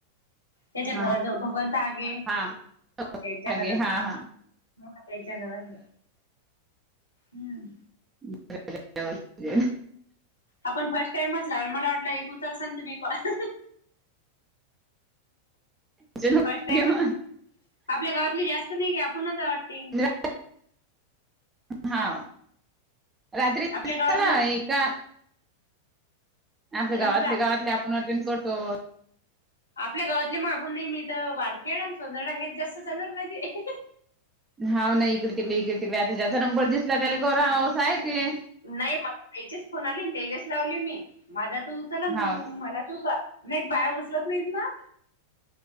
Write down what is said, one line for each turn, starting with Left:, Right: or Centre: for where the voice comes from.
Left: त्याच्या घराजवळ,
Right: हा
Left: भगवंत हागे
Right: हा
Left: त्यांच्या
Right: मागे
Left: घराजवळ.
Right: हा हा
Left: <unintelligible> त्यांच्या घरात हम्म.
Right: <unintelligible>
Left: आपण फर्स्ट टाईमच लावल मला वाटल एक उचलसन तुम्ही कॉल.
Right: नको
Left: फर्स्ट टाइमच
Right: घेऊ.
Left: आपल्या गावातले जास्त नाही की आपणच हाय वाटते.
Right: रा- हा रात्री
Left: आपल्या
Right: <unintelligible>
Left: गावातल्या
Right: आमच्या
Left: पूनमचा
Right: गावातले गावातले आपण अटेंन करतो.
Left: आपल्या गावातले मा म आपुन नाही मी तर वारखेड आणि सोनर्ड हेच जास्त चालू आहेत माहितीय.
Right: हा ना इकडे तिकडे इकडे तिकडे. आता ज्याचा नंबर दिसला त्याला करावं असं आहे ते.
Left: नाही मला त्याचेस फोन आले त्यायलेस लावले मी माझा तू उचल ना
Right: हाव
Left: तू मला तू कर. नाहीत बाया उचलत नाहीत ना.